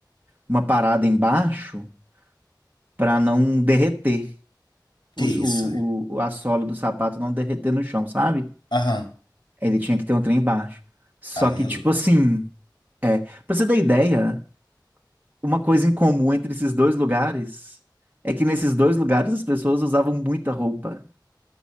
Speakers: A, on the right; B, on the left.
A: uma parada embaixo para não derreter
B: Que
A: o,
B: isso,
A: o,
B: velho?
A: o- a sola do sapato não derreter no chão, sabe?
B: Aham.
A: Ele tinha que ter um trem embaixo. Só
B: Aí
A: que,
B: é
A: tipo
B: loucura.
A: assim, é, pra você ter ideia, uma coisa em comum entre esses dois lugares é que nesses dois lugares as pessoas usavam muita roupa.